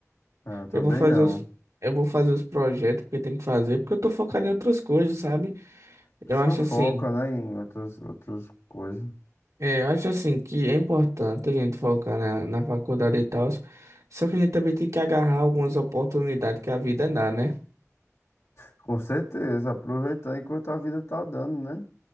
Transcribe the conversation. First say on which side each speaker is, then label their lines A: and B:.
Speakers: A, on the left; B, on the right.
A: Ah, eu também
B: Eu vou fazer
A: não.
B: os, eu vou fazer os projetos que eu tenho que fazer, porque eu tô focado em outras coisas, sabe?
A: A
B: Eu
A: pessoa
B: acho
A: foca,
B: assim,
A: né, em outras, outras coisas.
B: é, eu acho assim que é importante a gente focar na, na faculdade e tal, só que a gente também tem que agarrar algumas oportunidades que a vida dá, né?
A: Com certeza, aproveitar enquanto a vida tá dando, né?